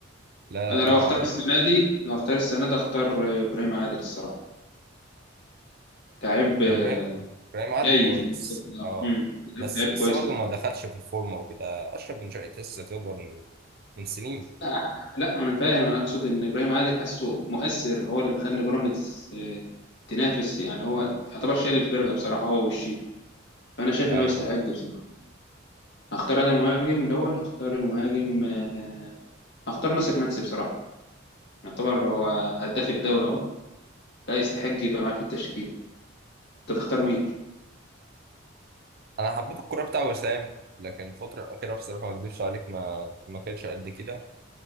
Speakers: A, on the right; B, on the left.
A: لا
B: انا
A: تقول
B: لو اختار
A: عليها
B: السنه دي لو اختار السنه دي اختار آه، ابراهيم عادل الصراحه لعيب آه،
A: ابراهيم ابراهيم عادل
B: جاي
A: كويس
B: في المستقبل. آه.
A: اه
B: مم. لعيب
A: بس
B: لعيب
A: لسه
B: كويس
A: برضه ما دخلش في الفورمه وكده اشرف بن شرقي لسه خبره من من سنين
B: آه، لا انا فاهم انا اقصد ان ابراهيم عادل حاسه مؤثر هو اللي مخلي بيراميدز آه، تنافس يعني هو يعتبر شايل الفرقه بصراحه هو والشيبي فانا شايف
A: ايوه
B: ان هو يستحق بصراحه هختار انا المهاجم الاول هختار المهاجم آه، هختار ناصر منسي بصراحه يعتبر هو هداف الدوري اهو لا يستحق يبقى معاه في التشكيل انت تختار مين
A: انا حبيت الكوره بتاع وسام لكن الفتره الاخيره بصراحه ما اكذبش عليك ما ما كانش قد كده